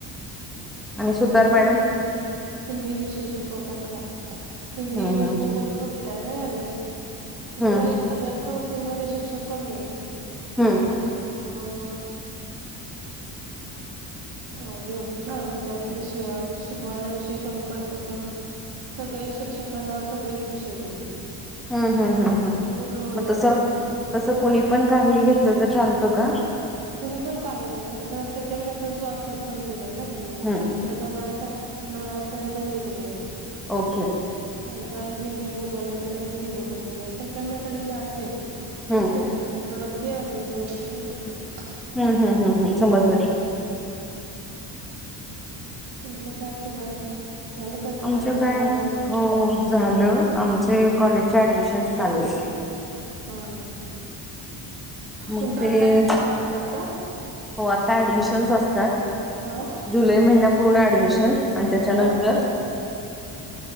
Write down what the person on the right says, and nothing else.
हिंदी विषय शिकवतात त्या, हिंदी
आणि
भूगोल पण केलाय ना यावेेळेस, कसं
झालं सगळ्याच संस्थेनमध्ये शिक्षक कमीयेत.
<unintelligible> अ हे होत ना, विद्यार्थी श शिकवायला विषय कमी पडतात म्हणून, सगळेच शिक्षकांना, सगळेच विषय दिलेत.
भरपूर लोड
झाला
यावेळी
कुणी पण काही नाही, त्यांचा सेकंड मेथड जो असेल, तोच दिलाय ना त्यांना.
ज्याचा मॅथ आहे, त्यांना मॅथ सायनस दोन्ही दिलेत.
ज्याचा हिंदी भूगोलय, त्यांना हिंदी भूगोल दिलाय, सेकंड मेथड जी असेल
त सेकंड मेथड वरती अव्हेलेबल असते, दिलेत <unintelligible> त्याना.
तुमचं काय सुरू आहे? झालं का चहा,
नाश्ता,
जेवण.
हा.
तुमच्या
आत्या
असतात का
हा
हा